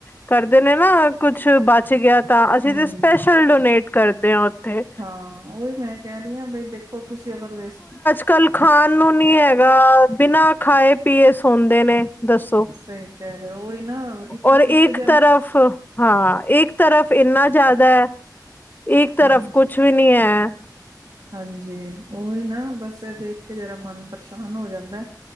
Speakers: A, on the left; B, on the right.
A: ਕਰਦੇ ਨੇ ਨਾ ਕੁਛ ਬਚ ਗਿਆ ਤਾਂ, ਅਸੀਂ
B: ਹਮ
A: ਤੇ ਸਪੈਸ਼ਲ ਡੋਨੇਟ ਕਰਦੇ ਹਾਂ ਉੱਥੇ।
B: ਹਾਂ। ਉਹੀ ਮੈਂ ਕਹਿ ਰਹੀ ਹਾਂ, ਬਈ ਦੇਖੋ, ਤੁਸੀਂ ਅਗਰ ਵੇਸ
A: ਕਲ ਖਾਣ ਨੂੰ ਨੀ ਹੈਗਾ। ਬਿਨਾਂ ਖਾਏ-ਪੀਏ ਸੌਂਦੇ ਨੇ। ਦੱਸੋ।
B: ਸਹੀ ਕਹਿ ਰਹੇ ਹੋ ਉਹੀ ਨਾ ਇੱਕ
A: ਔਰ
B: ਇੱਕ
A: ਇਕ
B: ਜਨ
A: ਤਰਫ ਹਾਂ, ਇੱਕ ਤਰਫ ਇੰਨਾ ਜ਼ਿਆਦੈ, ਇੱਕ ਤਰਫ
B: ਹਾਂਜੀ
A: ਕੁਛ ਵੀ ਨੀ ਹੈ।
B: ਹਾਂਜੀ। ਉਹੀ ਨਾ ਬਸ ਇਹ ਦੇਖਕੇ ਜਰਾ ਮਨ ਪਰੇਸ਼ਾਨ ਹੋ ਜਾਂਦਾ।